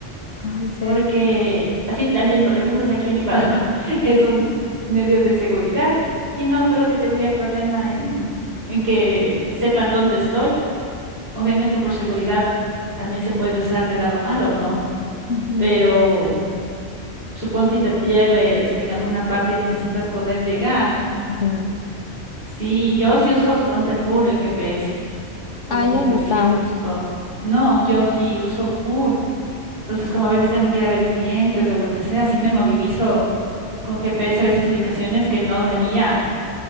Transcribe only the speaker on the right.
porque así también, por lo menos aquí en Ecuador, <laughs> es un medio de seguridad y no creo que tendría problema en, en que sepan dónde estoy. Obviamente por seguridad también se puede usar del lado malo, ¿no?
Pero suponte y te pierdes en alguna parte y necesitas poder llegar.
Sí, yo sí uso, suponte full el GPS, con
ubicaciones,
todo. No, yo sí uso full. Entonces, como a veces tengo que ir a ver clientes o lo que sea, sí me movilizo con GPS a veces ubicaciones que no daría.